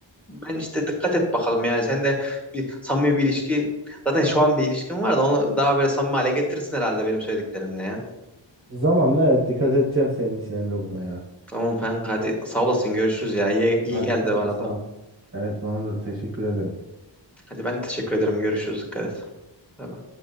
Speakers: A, in the centre; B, on the right.
A: ben işte dikkat et bakalım yani sen de bir samimi bir ilişki zaten şu an bir ilişkin var da onu daha böyle samimi hale getirirsin herhalde benim söylediklerimle ya
B: zamanla evet dikkat edeceğim senin için Emre buna ya.
A: tamam kanka hadi sağ olasın görüşürüz ya iyi, iyi
B: Hadi
A: geldi
B: sen
A: bana
B: de sağ
A: da.
B: ol. Evet bana da teşekkür ederim.
A: Hadi ben teşekkür ederim. Görüşürüz. Dikkat et. Bay bay.